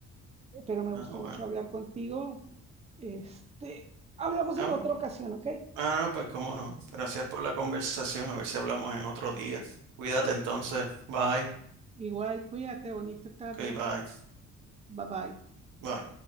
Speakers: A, on the right (about 20°); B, on the right (about 90°).
A: pero me
B: Ah,
A: gustó
B: bueno.
A: mucho hablar contigo. Este, hablamos
B: Ah,
A: en otra ocasión, ¿ok?
B: Ah, no, pues cómo no. Gracias por la conversación. A ver si hablamos en otro día. Cuídate
A: Ok.
B: entonces. Bye.
A: Igual, cuídate, bonita tarde.
B: Ok, bye.
A: Bye bye.
B: Bye.